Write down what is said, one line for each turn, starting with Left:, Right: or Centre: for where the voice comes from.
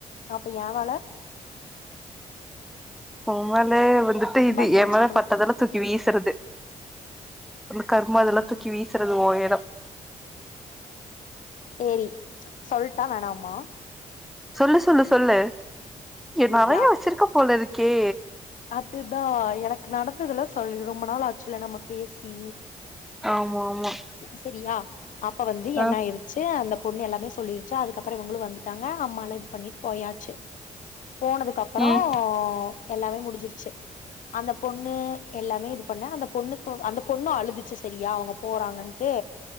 Left: அப்ப ஏ மேல
Centre: ஒ மேலே வந்துட்டு இது
Left: பண்ணு
Centre: ஏ
Left: வச்சிருக்கணு
Centre: மேல பட்டதேலா தூக்கி வீசுறது அந்த கருமா
Left: ம்
Centre: அதெல்லா தூக்கி வீசுறது ஒ எடோ
Left: சேரி சொல்ட்டா வேணாமா
Centre: சொல்லு சொல்லு சொல்லு
Left: செரியா
Centre: நெறைய வச்சிருக்க போலருக்கே
Left: அதுதா எனக்கு நடந்ததெல்லா சொல்லி ரொம்ப நாள் ஆச்சில நம்ம பேசி
Centre: ஆமா ஆமா
Left: செரியா அப்ப வந்து
Centre: ஆ
Left: என்னாயிருக் சே அந்த பொண்ணு எல்லாமே சொல்லிருச்சா அதுக்கப்பற இவங்களு வந்துட்டாங்க அம்மால இது பண்ணிட்டு போயாச்சு போனதுக்கப்பறோ
Centre: ம்
Left: எல்லாமே முடிஞ்சிருச்சு அந்த பொண்ணு எல்லாமே இது பண்ண அந்த பொண்ணுக்கு அந்த பொண்ணு அழுதுச்சு செரியா அவங்க போறாங்க ன்ட்டு